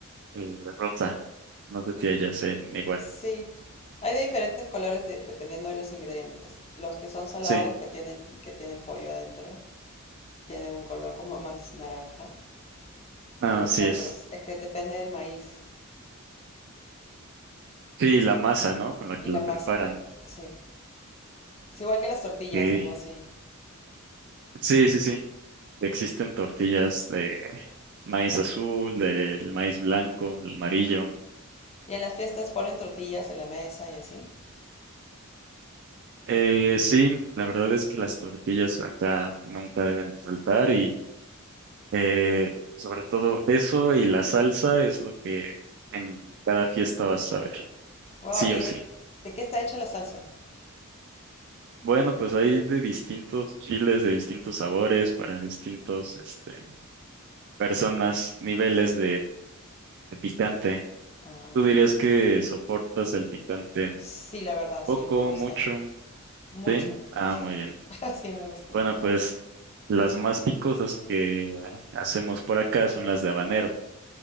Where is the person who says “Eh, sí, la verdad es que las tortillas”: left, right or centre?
Right